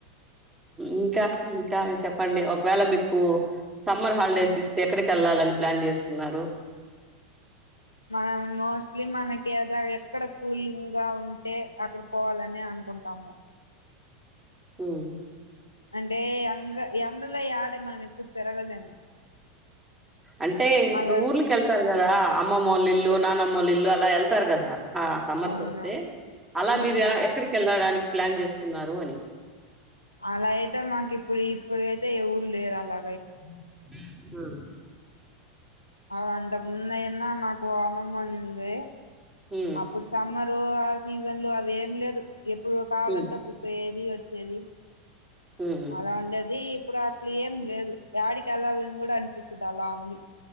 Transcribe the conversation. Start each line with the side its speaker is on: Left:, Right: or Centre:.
Right: ఇంకా ఇంకా చెప్పండి ఒకవేళ మీకు సమ్మర్ హాలిడేస్ ఇస్తే ఎక్కడికి వెళ్ళాలని ప్లాన్ చేసుకున్నారు
Left: మనం మోస్ట్లీ మనకి ఏదో ఎక్కడ కూలింగ్ గా ఉంటే అక్కడ పోవాలని అను అనుకుంటాము
Right: హ్మ్
Left: అంటే ఎండ్ర ఎండ్రలో ఆడే మనం ఎక్కు తిరగలేము
Right: అంటే ఇప్పుడు
Left: అలా
Right: ఊర్లక వెళ్తారు కదా అమ్మమ్మ వాళ్ళ ఇల్లు నానమ్మ వాళ్ళ ఇల్లు అలా వెళ్తారు కదా ఆ సమ్మర్స్
Left: అవును
Right: వస్తే అలా
Left: ఉమ్
Right: మీరు ఎలా ఎక్కడికి వెళ్ళడానికి ప్లాన్ చేసుకున్నారు అని
Left: అలా అయితే మాకు ఇప్పుడు ఇప్పుడు అయితే ఎవురు లేరు అలా
Right: హ్మ్
Left: అ అంతకు మున్న ఎన్న మాకు అమమ్మ ఉన్నింది
Right: ఉమ్,
Left: అప్పుడు సమ మరో ఆ సీజన్ లో అవి ఏం లేదు ఎప్పుడు కావాలంటే
Right: ఉమ్,
Left: అప్పుడు పోయేది వచ్చేది
Right: ఉమ్,
Left: అలా ఉండేది అప్పుడు అట్లు ఏం లేదు డికి వెళ్లాలని కూడా అనిపించదు అలా ఉంది